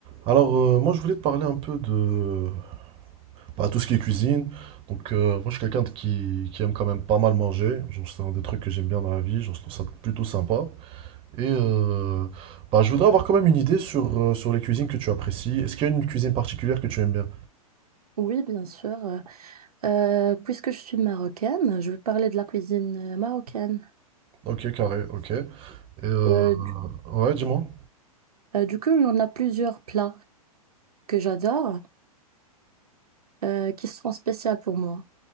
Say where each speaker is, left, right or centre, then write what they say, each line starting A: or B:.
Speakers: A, on the right; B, on the right.
A: Alors, euh, moi, je voulais te parler un peu de bah, tout ce qui est cuisine. Donc, euh, moi, je suis quelqu'un de- qui, qui aime quand même pas mal manger. Genre, c'est un des trucs que j'aime bien dans la vie. Genre, je trouve ça plutôt sympa. Et euh, bah, je voudrais avoir quand même une idée sur, euh, sur les cuisines que tu apprécies. Est-ce qu'il y a une cuisine particulière que tu aimes bien?
B: Oui, bien sûr. Euh, euh, puisque je suis marocaine, je vais parler de la cuisine euh, marocaine.
A: Ok, carré, ok. Et euh,
B: Euh, du,
A: ouais, dis-moi.
B: euh, du coup, il y en a plusieurs plats que j'adore, euh, qui sont spéciaux pour moi.